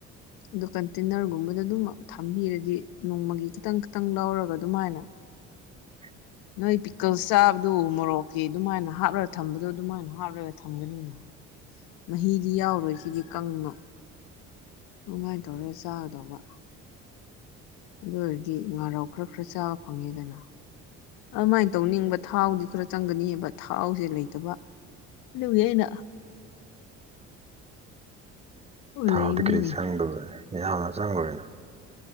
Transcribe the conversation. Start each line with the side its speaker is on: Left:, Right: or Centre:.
Left: ꯑꯗꯨ ꯀꯟꯇꯦꯟꯅꯔꯒꯨꯝꯕꯗ ꯑꯗꯨꯝꯃꯛ ꯊꯝꯕꯤꯔꯗꯤ ꯅꯣꯡꯃꯒꯤ ꯈꯤꯇꯪ ꯈꯤꯇꯪ ꯂꯧꯔꯒ ꯑꯗꯨꯃꯥꯏꯅ <unintelligible>
Right: <inaudible>
Left: ꯅꯣꯏ ꯄꯤꯛꯀꯜ ꯆꯥꯕꯗꯨ ꯃꯣꯔꯣꯛꯀꯤ ꯑꯗꯨꯃꯥꯏꯅ ꯍꯥꯞꯂꯒ ꯊꯝꯕꯗꯣ ꯑꯗꯨꯃꯥꯏꯅ ꯍꯥꯞꯂꯒ ꯊꯝꯒꯅꯤꯅ ꯃꯍꯤꯗꯤ ꯌꯥꯎꯔꯣꯏ ꯁꯤꯗꯤ ꯀꯅꯣ ꯑꯗꯨꯃꯥꯏꯅ ꯇꯧꯔꯦ ꯆꯥꯒꯗꯧꯕ ꯑꯗꯨ ꯑꯣꯏꯔꯗꯤ ꯉꯥꯔꯥꯎ ꯈꯔ ꯈꯔ ꯆꯥꯕ ꯐꯪꯉꯦꯗꯅ ꯑꯗꯨꯃꯥꯏꯅ ꯇꯧꯅꯤꯡꯕ ꯊꯥꯎꯗꯤ ꯈꯔ ꯆꯪꯒꯅꯤꯑꯕ ꯊꯥꯎꯁꯦ ꯂꯩꯇꯕ ꯑꯗꯨꯒꯤ ꯑꯩꯅ ꯂꯩꯕꯅꯤꯅꯦ
Right: ꯊꯥꯎꯗꯤ ꯀꯔꯤ ꯆꯪꯗꯕꯅꯤ ꯌꯥꯝꯅ ꯆꯪꯉꯨꯔꯤꯅ